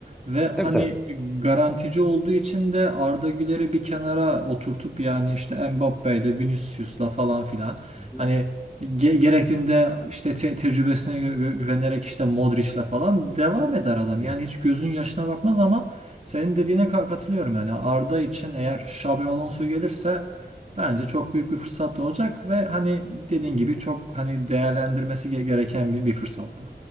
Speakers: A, on the right; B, in the centre.
A: Ve hani
B: Tabii tabii.
A: garantici olduğu için de Arda Güler'i bir kenara oturtup yani işte Mbappe'yle Vinicius'la falan filan
B: Hı
A: hani ge- gerektiğinde işte te- tecrübesine gü- gü- güvenerek işte Modric'le falan devam eder adam.
B: hı.
A: Yani hiç gözün yaşına bakmaz ama senin dediğine ka- katılıyorum yani Arda için eğer Xabi Alonso gelirse Bence çok büyük bir fırsat da olacak ve hani dediğin gibi çok hani değerlendirmesi ge- gereken bir, bir fırsat bu.